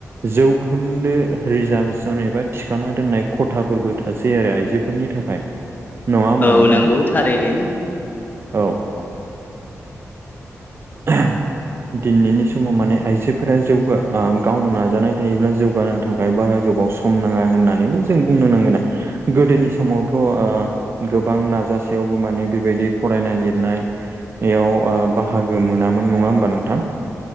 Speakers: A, on the right (about 45°); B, on the left (about 35°).
A: जौखोन्दो रिजारभेसन एबा थिखाना दोननाय खथाफोरबो थासै आरो आइजोफोरनि थाखाय नङा होमबा
B: औ
A: नोंथां
B: नंगौ <unintelligible>
A: औ दिनैनि समाव माने आयजोफोरा जौगा आं गावनो नाजानाय थायोब्ला जौगा थाखाय बारा गोबाव सम नाङा होननानैबो जों बुंनो नांगोन गोदोनि समावथ' ओ गोबां नाजासेयावबो माने बेबायदि फरायनाय लिरनायाव <unintelligible> ओ बाहागोमोन नामोन नङा होमबा नोंथां।